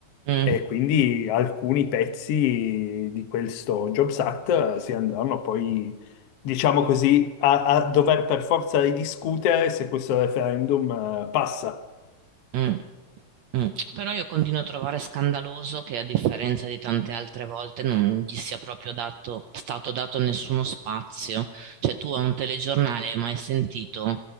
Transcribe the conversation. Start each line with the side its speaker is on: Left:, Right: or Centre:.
Right: Mm.
Left: e quindi alcuni pezzi di questo Jobs Act eh, si andranno poi, diciamo così, a, a dover per forza ridiscutere se questo referendum eh, passa.
Right: Mh. Mh. Però io continuo a trovare scandaloso che a differenza di tante altre volte non gli sia proprio dato, stato dato nessuno spazio. Cioè tu a un telegiornale hai mai sentito